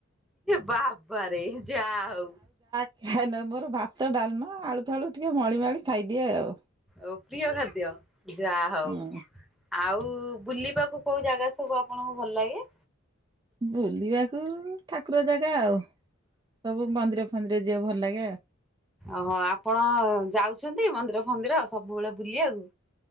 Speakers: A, in the centre; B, on the right.
A: ବାବା ରେ ଯାହା ହଉ।
B: କାହିଁ ନା ମୋର ଭାତ ଡାଲମା ଆଳୁ ଫାଳୁ ଟିକେ ମଳିମାଳି ଖାଇଦିଏ ଆଉ।
A: ଓ ପ୍ରିୟ ଖାଦ୍ୟ ଯାହା ହଉ
B: ହୁଁ।
A: ଆଉ ବୁଲିବାକୁ କୋଉ ଜାଗା ସବୁ ଆପଣଙ୍କୁ ଭଲ ଲାଗେ?
B: ବୁଲିବାକୁ ଠାକୁର ଜାଗା ଆଉ ସବୁ ମନ୍ଦିର ଫନ୍ଦିର ଯିବା କୁ ଭଲ ଲାଗେ ଆଉ।
A: ଓହୋ ଆପଣ ଯାଉଛନ୍ତି ମନ୍ଦିର ଫନ୍ଦିର ସବୁବେଳେ ବୁଲିବାକୁ।